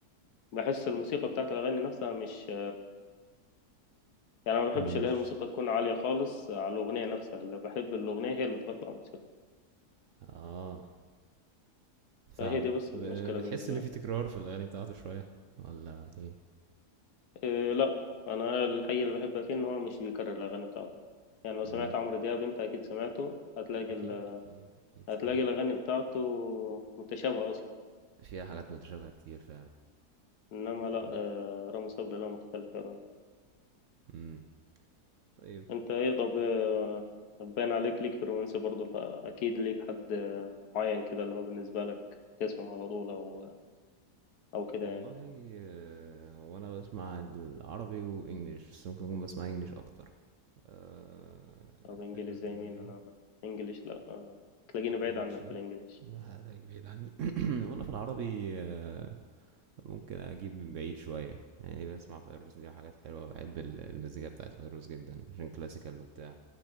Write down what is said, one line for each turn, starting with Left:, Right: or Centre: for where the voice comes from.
Left: بحس الموسيقى بتاعت الاغاني نفسها مش يعني ما بحبش
Right: مش
Left: اللي هي الموسيقى تكون عاليه خالص على الاغنيه نفسها اللي بحب الاغنيه هي اللي تغطي على الموسيقى
Right: اه فاهمك
Left: فهي دي بس
Right: ب-
Left: المشكله
Right: بتحس
Left: بالنسبه
Right: ان
Left: لي
Right: في تكرار في الاغاني بتاعته شوية ولا ايه
Left: إيه لا انا الحقيقه اللي بحبها فيه ان هو مش بيكرر الاغاني بتاعته يعني لو سمعت
Right: امم
Left: عمرو دياب انت اكيد سمعته هتلاقي
Right: اكيد
Left: ال...
Right: اكيد اكيد
Left: هتلاقي
Right: سمعت
Left: الاغاني بتاعته متشابهه اصلا
Right: فيها حاجات متشابهة كتير فعلا
Left: انما لا
Right: يا
Left: آه، رامي صبري لا مختلف يا راجل
Right: امم طيب
Left: انت ايه طب آه، باين عليك ليك في الرومانسي برضه فاكيد ليك حد آه، معين كده اللي هو بالنسبه لك تسمع على طول او او كده
Right: والله
Left: يعني
Right: آه، هو انا بسمع العربي وانجليش بس ممكن اكون بسمع انجليش اكتر آه،
Left: طب
Right: الفكرة
Left: انجليش زي
Right: كلها
Left: مين
Right: ايه
Left: انا انجليش لا آه، تلاقيني بعيد
Right: مالكش
Left: عنك في الانجليش
Right: ما عليك بعيد عني <coughs> <clears throat> وانا في العربي آه، ممكن اجيب من بعيد شوية يعني بسمع فيروز دي حاجات حلوة بحب ال- المزيكا بتاعت فيروز جدا عشان كلاسيكال وبتاع